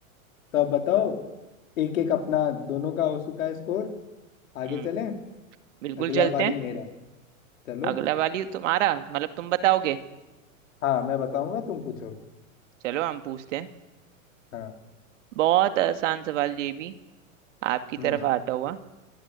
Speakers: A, on the left (about 70°); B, on the right (about 60°).
A: तो अब बताओ एक एक अपना दोनों का हो चुका है स्कोर आगे
B: हम्म
A: चलें
B: बिल्कुल
A: अगला
B: चलते
A: बारी
B: हैं
A: मेरा चलो
B: अगला वाली तुम्हारा मतलब तुम बताओगे
A: हाँ मैं बताऊंगा तुम पूछोगे
B: चलो हम पूछते हैं
A: हाँ
B: बहुत आसान सवाल ये भी आपकी
A: हम्म
B: तरफ आता हुआ